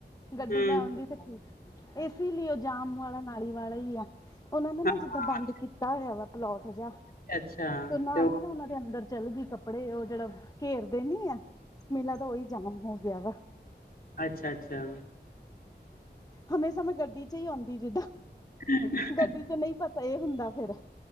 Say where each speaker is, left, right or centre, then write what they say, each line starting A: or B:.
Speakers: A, on the left; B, on the left.
A: ਗੱਡੀ
B: ਹੂੰ
A: ਲੈ ਆਉਂਦੀ ਤੇ ਠੀਕ ਸੀ। ਇਸਲੀਏ ਜਾਮ ਵਾਲਾ, ਨਾਲੀ ਵਾਲਾ ਹੀ ਆ। ਉਹਨਾਂ
B: ਹਾਂ
A: ਨੇ ਨਾ, ਜਿੱਦਾਂ ਬੰਦ ਕੀਤਾ ਹੋਇਆ ਵਾ ਪਲਾਟ ਜਿਹਾ
B: ਅੱਛਾ
A: ਤੇ ਨਾਲ
B: ਉਹ
A: ਹੀ ਨਾ ਉਹਨਾਂ ਅੰਦਰ ਚੱਲ ਗਈ ਕੱਪੜੇ ਉਹ ਜਿਹੜਾ ਘੇਰਦੇ ਨੀ ਆ, ਮੇਲਾ ਤਾਂ ਉਹੀ ਜਾਮ ਹੋ ਗਿਆ ਵਾ।
B: ਅੱਛਾ-ਅੱਛਾ।
A: ਹਮੇਸ਼ਾ ਮੈਂ ਗੱਡੀ ਚ ਹੀ ਆਉਂਦੀ ਜਿੱਦਾਂ
B: <unintelligible>
A: ਗੱਡੀ ਚ ਨਹੀਂ ਪਤਾ ਇਹ ਹੁੰਦਾ ਫਿਰ